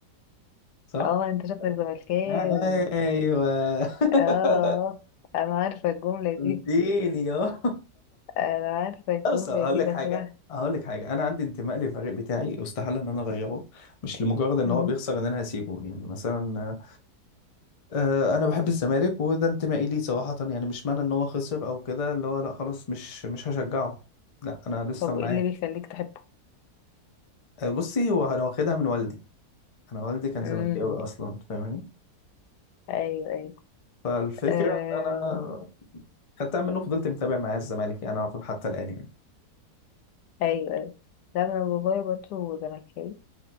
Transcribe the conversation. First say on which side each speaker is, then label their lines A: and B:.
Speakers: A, on the left; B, on the left.
A: صح
B: اه انت شكلك زملكاوي
A: ايوه <laughs>
B: اه انا عارفة الجملة دي
A: قلت لي اه
B: انا عارفة الجملة
A: لا، بس هقول
B: دي
A: لك
B: بسمعها
A: حاجه هقول لك حاجه انا عندي انتماء للفريق بتاعي استحاله ان انا اغيره مش لمجرد ان
B: مم.
A: هو بيخسر ان انا هسيبه يعني مثلا آه، انا بحب الزمالك وده انتمائي ليه صراحه يعني مش معنى ان هو خسر او كده اللي هو لا خلاص مش مش هشجعه لا انا لسه
B: طب
A: معاه
B: وايه اللي بيخليك تحبه
A: آه، بصي هو انا واخدها من والدي انا والدي كان
B: امم
A: زملكاوي اصلا فاهماني
B: ايوه ايوه
A: فالفكرة
B: آه.
A: إن أنا خدتها منه فضلت متابع معاه الزمالك يعني على طول حتى الآن يعني
B: ايوه ايوه لا انا بابايا برضه زملكاوي